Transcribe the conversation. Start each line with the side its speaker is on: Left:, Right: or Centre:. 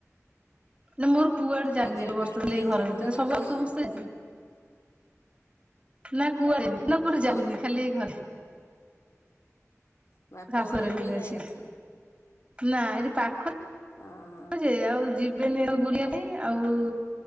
Right: ନା ମୋର କୁଆଡ଼େ ଚାନି
Left: ରଜରେ
Right: ବର୍ଷ
Left: ଘରକୁ
Right: ହେଲେ
Left: ଯାଇଥିଲ
Right: ଏଇ ଘର ଭିତରେ
Left: ବୁଲାବୁଲି
Right: ସବୁ
Left: କରିବାକୁ
Right: ଆଉ ସମସ୍ତେ ଯାଇଥିଲେ, ନା କୁଆଡ଼େନି ନା କଉଠି ଯାଉନି
Left: ଘର
Right: ଖାଲି ଏ ଘରେ,
Left: ବାପ
Right: ଶାଶୁଘରେ
Left: ଘର
Right: ଖାଲି
Left: ବି ଯାଇନଥିଲେ
Right: ଅଛି ନା ଏଠି ପାଖ,
Left: କଁ ହଁ,
Right: ଯେ ଆଉ ଯିବେନି ବୁଲିବା ପାଇଁ ଆଉ